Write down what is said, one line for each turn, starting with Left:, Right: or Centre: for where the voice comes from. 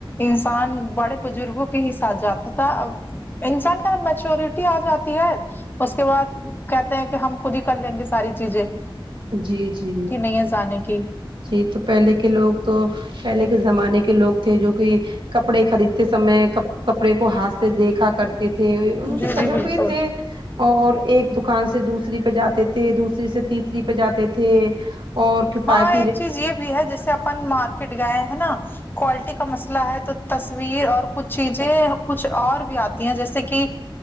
Left: انسان بڑے بزرگوں کے ہی ساتھ جاتا تھا اب انسان کا میچوریٹی آ جاتی ہے اس کے بعد کہتے ہیں کہ ہم خود ہی کر لیں گے ساری چیزیں
Right: جی جی
Left: ہنسانے کی
Right: جی تو پہلے کے لوگ تو پہلے کے زمانے کے لوگ تھے جو کہ کپڑے خریدتے سمے کب کپڑے کو ہاتھ سے دیکھا کرتے تھے ان کے
Left: جی
Right: تجربے
Left: جی بالکل
Right: تھے اور ایک دکان سے دوسری پہ جاتے تھے دوسری سے تیسری پہ جاتے تھے اور کفایت
Left: ہاں ایک چیز یہ بھی ہے جیسے اپن مارکیٹ گئے ہیں نا کوالٹی کا مسئلہ ہے تو تصویر اور کچھ چیزیں کچھ اور بھی آتی ہیں جیسے کہ